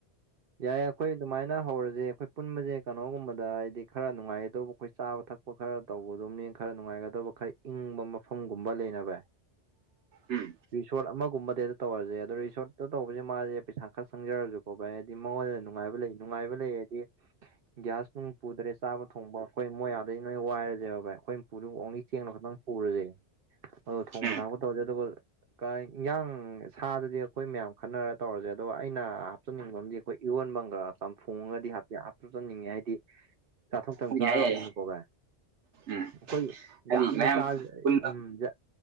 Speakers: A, on the right (about 55°); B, on the right (about 85°).
A: ꯌꯥꯏ ꯑꯩꯈꯣꯏ ꯑꯗꯨꯃꯥꯏꯅ ꯍꯧꯔꯁꯦ ꯑꯩꯈꯣꯏ ꯄꯨꯟꯕꯁꯦ ꯀꯩꯅꯣꯒꯨꯝꯕꯗ ꯍꯥꯏꯗꯤ ꯈꯔ ꯅꯨꯡꯉꯥꯏꯒꯗꯕ ꯑꯩꯈꯣꯏ ꯆꯥꯕ ꯊꯛꯄ ꯈꯔ ꯇꯧꯕꯗꯣꯅꯦ ꯈꯔ ꯅꯨꯡꯉꯥꯏꯒꯗꯕ ꯈꯔ ꯏꯪꯕ ꯃꯐꯝꯒꯨꯝꯕ ꯂꯩꯅꯕ
B: ꯎꯝ
A: ꯔꯤꯁꯔ‌ꯣꯠ ꯑꯃꯒꯨꯝꯕꯗ ꯍꯦꯛꯇꯥ ꯇꯧꯔꯁꯦ ꯑꯗꯣ ꯔꯤꯁꯣꯔꯠꯇ ꯇꯧꯕꯁꯦ ꯃꯥꯁꯦ ꯄꯩꯁꯥ ꯈꯔ ꯆꯪꯖꯔꯁꯨꯀꯣ ꯚꯥꯏ ꯃꯉꯣꯟꯗ ꯅꯨꯡꯉꯥꯏꯕ ꯂꯩ ꯅꯨꯡꯉꯥꯏꯕ ꯂꯩ ꯍꯥꯏꯗꯤ ꯒ꯭ꯌꯥꯁ ꯅꯨꯡ ꯄꯨꯗ꯭ꯔꯦ ꯆꯥꯕ ꯊꯣꯡꯕ ꯑꯩꯈꯣꯏ ꯃꯣꯏ ꯑꯗꯩ ꯅꯣꯏ ꯋꯥꯏꯔꯁꯦꯕ ꯚꯥꯏ ꯑꯩꯈꯣꯏ ꯄꯨꯗꯨ ꯑꯣꯡꯂꯤ ꯆꯦꯡꯅꯣ ꯈꯈꯤꯛꯇꯪ ꯄꯨꯔꯥꯁꯦ ꯑ
B: ꯎꯝ
A: ꯊꯣꯡꯕ ꯊꯥꯛꯄ ꯇꯧꯔꯁꯦ ꯑꯗꯨꯒ ꯏꯟꯌꯥꯥꯡ ꯁꯥꯗꯨꯗꯤ ꯑꯩꯈꯣꯏ ꯃꯌꯥꯝ ꯈꯟꯅꯔ ꯇꯧꯔꯁꯦ ꯑꯗꯣ ꯑꯩꯅ ꯆꯆꯅꯤꯡꯕ ꯑꯃꯗꯤ ꯑꯩꯈꯣꯏ ꯏꯔꯣꯟꯕꯝꯒ ꯆꯝꯊꯣꯡꯉꯒꯗꯤ ꯍꯥꯞꯇꯤ ꯍꯥꯞꯆꯟꯅꯤꯡꯉꯦ ꯍꯥꯏꯗꯤ ꯆꯥꯊꯣꯛꯇꯅ
B: ꯎꯝ
A: ꯆꯥꯕꯅꯤꯅꯀꯣ
B: ꯌꯥꯏ ꯌꯥꯏ ꯌꯥꯏ
A: ꯚꯥꯏ
B: ꯎꯝ
A: ꯑꯩꯈꯣꯏ
B: ꯍꯥꯏꯗꯤ
A: ꯌꯥꯝꯅ
B: ꯃꯌꯥꯝ
A: ꯆꯥꯗꯤ
B: ꯄꯨꯟꯕ
A: ꯉꯝꯗꯦ